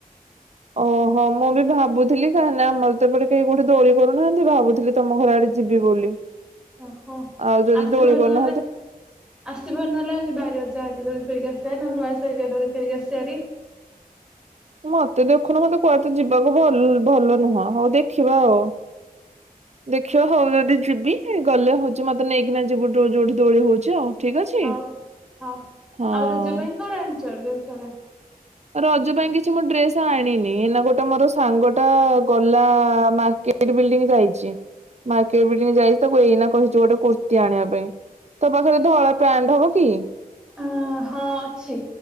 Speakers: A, on the right; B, in the centre.
A: ଓହୋ ମୁଁ ବି ଭାବୁଥିଲି କାହିଁକି ନା ଆମର ତ ଏପଟେ କେହି କୋଠେ ଦୋଳି କରୁନାହାନ୍ତି ଭାବୁଥିଲି ତମ ଘର ଆଡେ ଯିବି ବୋଲି।
B: ଓହୋ
A: ଆଉ ଯଦି
B: ଆସିବ
A: ଦୋଳି କରୁନାହାନ୍ତି
B: ନହେଲେ ଆସିବ ନହେଲେ ଯିବା ଆଜି ଯାଇ କି ଦୋଳି ଖେଳିକି ଆସିବାହାରି ନହଲେ ନୂଆ ସାହି ଯାଇକି ଦୋଳି ଖେଳିକି ଆସିବା ହାରି
A: ମତେ ଦେଖୁନ କୁହନ୍ତି କୁଆଡେ ତ ଯିବାକୁ ଭଲ ଭଲ ନୁହଁ ଆଉ ଦେଖିବା ଆଉ ଦେଖିଆ ହଉ ଯଦି ଯିବି ଗଲେ ହଉଛି ମତେ ନେଇକିନାହି ଯିବ ଯୋଉଠି ଦୋଳି ହଉଛି ଆଉ। ଠିକ ଅଛି
B: ହଉ ହଉ
A: ହଁ
B: ଆଉ ରଜା ପାଇଁ କଣ ଆଣିଛ ଡ୍ରେସ
A: ରଜ ପାଇଁ କିଛି ମୁଁ ଡ୍ରେସ ଆଣିନି ନା ଗୋଟେ ମୋର ସାଙ୍ଗଟା ଗଲା ମାର୍କେଟ ବିଲଡିଂ ଯାଇଛି। ମାର୍କେଟ ବିଲଡିଂ ଯାଇଚି ତାକୁ ଏଇନା କହିଛୁ ଗୋଟେ କୁର୍ତ୍ତି ଆଣିବା ପାଇଁ ତୋ ପାଖରେ ଧଳା ପ୍ୟାଣ୍ଟ ହବ କି
B: ଆ ହଁ ଅଛି।